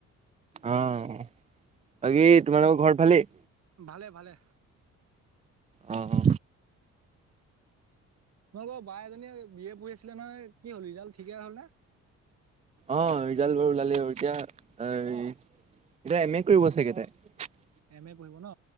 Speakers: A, on the right; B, on the right.
A: অ বাকি তোমালোকৰ ঘৰ ভালে
B: ভালে ভালে।
A: অ অ
B: তোমালোকৰ বা এজনীয়ে বি এ পঢ়ি আছিলে নহয় কি হ'ল ৰিজাল্ট ঠিকে হ'ল নে।
A: অ ৰিজাল্ট বোৰ ওলালে এতিয়া এতিয়া এম এ কৰিব চাগে তাই।
B: এম এ পঢ়িব ন